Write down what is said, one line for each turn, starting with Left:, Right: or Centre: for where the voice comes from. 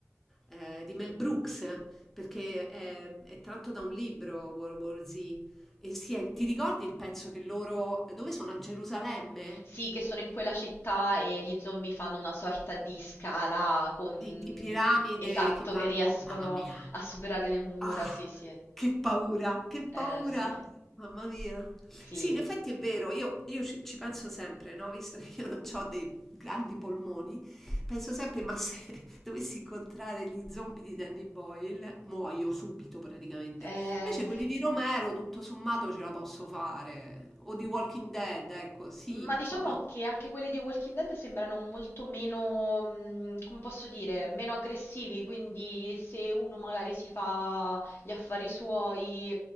Centre: eh, di Mel Brooks, perché è, è tratto da un libro, World War Z. E sì, eh, ti ricordi il pezzo che loro, dove sono? A Gerusalemme?
Left: Sì, che sono in quella città e gli zombie fanno una sorta di scala con...
Centre: Di di piramide
Left: Esatto,
Centre: che vanno
Left: che riescono
Centre: mamma mia.
Left: a superare le mura,
Centre: Ah,
Left: sì, sì.
Centre: che paura, che paura,
Left: Eh, sì.
Centre: mamma mia.
Left: Sì.
Centre: Sì, in effetti è vero, io, io ci, ci penso sempre, no? Visto che io non ho dei grandi polmoni, penso sempre, ma se <laughs> dovessi incontrare gli zombie di Danny Boyle, muoio subito praticamente.
Left: Eh...
Centre: Invece quelli di Romero, tutto sommato, ce la posso fare. O di Walking Dead, ecco, sì,
Left: Ma diciamo
Centre: insomma,
Left: che anche quelli di Walking Dead sembrano molto meno, mm, come posso dire, meno aggressivi, quindi se uno magari si fa gli affari suoi,